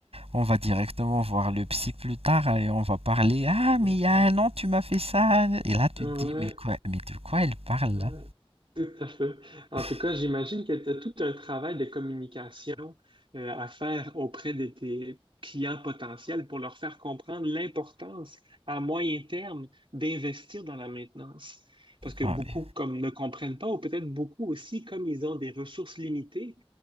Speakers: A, on the right; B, on the right.
A: On va directement voir le psy plus tard et on va parler. Ah, mais
B: C'est
A: il
B: ça.
A: y a un an, tu m'as fait ça. Et là, tu
B: Ouais.
A: te dis, mais quoi, mais de quoi elle parle
B: Ouais,
A: là?
B: tout à fait. En
A: <laughs>
B: tout cas, j'imagine que tu as tout un travail de communication euh, à faire auprès de tes clients potentiels pour leur faire comprendre l'importance à moyen terme d'investir dans la maintenance. Parce que
A: Ah
B: beaucoup
A: oui.
B: comme ne comprennent pas, ou peut-être beaucoup aussi, comme ils ont des ressources limitées,